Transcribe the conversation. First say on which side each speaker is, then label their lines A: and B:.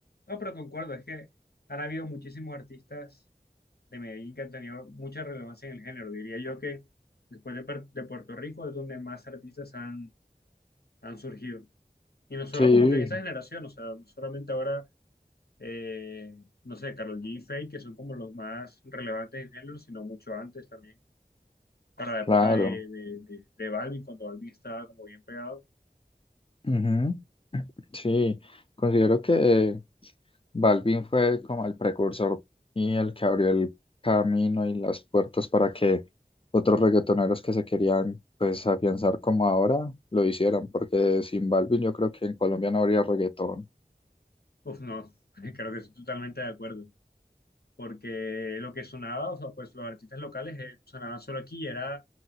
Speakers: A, on the left; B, on the left.
A: no, pero concuerdo, es que han habido muchísimos artistas de Medellín que han tenido mucha relevancia en el género. Diría yo que después de, Per- de Puerto Rico es donde más artistas han, han surgido. Y no solo
B: Sí,
A: como que en esa generación, o sea, no solamente ahora, eh, no sé, Karol G y Feid, que son como los más relevantes en el género, sino mucho antes también. para la época
B: claro.
A: de, de, de, de Balvin, cuando Balvin estaba como bien pegado,
B: Ujú. Sí, considero que Balvin fue como el precursor y el que abrió el camino y las puertas para que otros reggaetoneros que se querían pues afianzar como ahora lo hicieran, porque sin Balvin yo creo que en Colombia no habría reggaetón.
A: pues no, <laughs> creo que estoy totalmente de acuerdo, porque lo que sonaba, o sea, pues los artistas locales eh, sonaban solo aquí y era